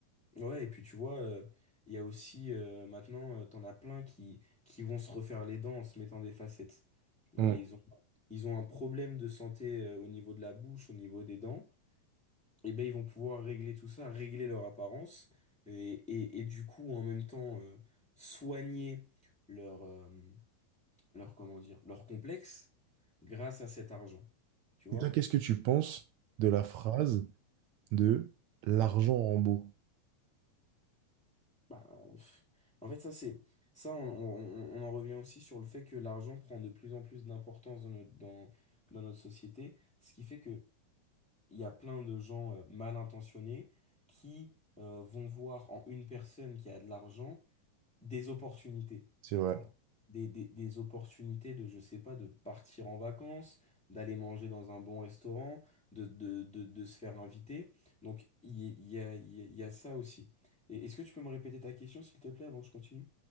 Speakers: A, in the centre; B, on the right.
A: Ouais, et puis tu vois, euh, il y a aussi euh, maintenant, euh, t'en as plein qui, qui vont se refaire les dents en se mettant des facettes. Voilà,
B: Mm.
A: ils ont, ils ont un problème de santé euh, au niveau de la bouche, au niveau des dents. Et ben ils vont pouvoir régler tout ça, régler leur apparence, et, et, et du coup, en même temps, euh, soigner leur, euh, leur, comment dire, leur complexe grâce à cet argent. Tu vois?
B: Et toi, qu'est-ce que tu penses de la phrase de l'argent rend beau?
A: Bah, euh, pff. en fait, ça, c'est ça, on, on- on en revient aussi sur le fait que l'argent prend de plus en plus d'importance dans notre, dans, dans notre société, ce qui fait que il y a plein de gens euh, mal intentionnés qui euh, vont voir en une personne qui a de l'argent des opportunités.
B: C'est vrai.
A: Voilà. Des, des, des opportunités de, je sais pas, de partir en vacances, d'aller manger dans un bon restaurant, de, de, de, de se faire inviter. Donc, il y, il y a, il y a, il y a ça aussi. Et est-ce que tu peux me répéter ta question, s'il te plaît, avant que je continue?